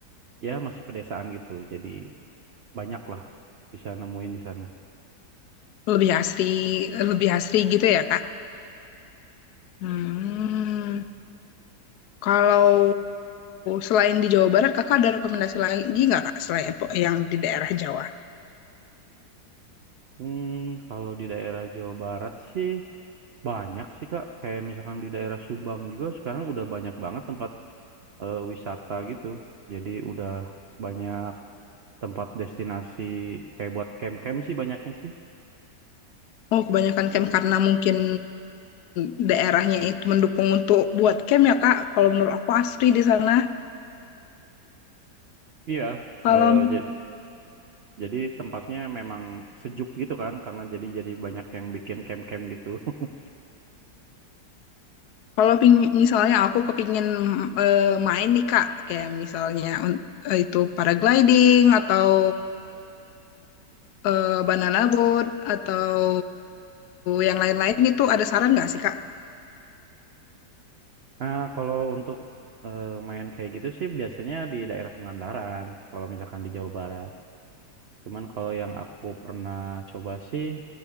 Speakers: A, on the right; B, on the left.
A: ya masih pedesaan gitu jadi banyak lah bisa nemuin di sana
B: lebih asri, lebih asri gitu ya Kak? Hmm. Kalau selain di Jawa Barat, kakak ada rekomendasi lagi nggak kak selain po- yang di daerah Jawa?
A: hmm kalau di daerah Jawa Barat sih banyak sih Kak kayak misalkan di daerah Subang juga sekarang udah banyak banget tempat eh, wisata gitu jadi udah banyak tempat destinasi kayak buat camp-camp sih banyaknya sih
B: Oh, kebanyakan camp karena mungkin daerahnya itu mendukung untuk buat camp ya kak. Kalau menurut aku asri di sana.
A: iya
B: Kalau
A: eh, jadi jadi tempatnya memang sejuk gitu kan karena jadi jadi banyak yang bikin camp-camp gitu <laughs>
B: kalau ping- misalnya aku kepingin eh, main nih kak, kayak misalnya un- eh, itu paragliding atau eh, banana boat atau yang lain-lain itu ada saran nggak sih kak?
A: Nah, kalau untuk eh, main kayak gitu sih biasanya di daerah Pangandaran, kalau misalkan di Jawa Barat. Cuman kalau yang aku pernah coba sih